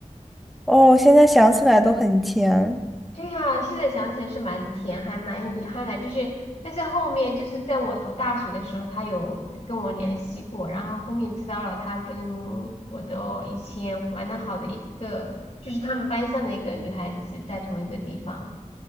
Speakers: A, in the centre; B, on the left.
A: 哦，现在想起来都很甜。
B: 对呀，现在想起来是蛮甜，还蛮遗憾的。就是，但是后面就是在我读大学的时候，他有跟我联系过，然后后面知道了他跟我的以前玩的好的一个，就是他们班上的一个女孩子在同一个地方，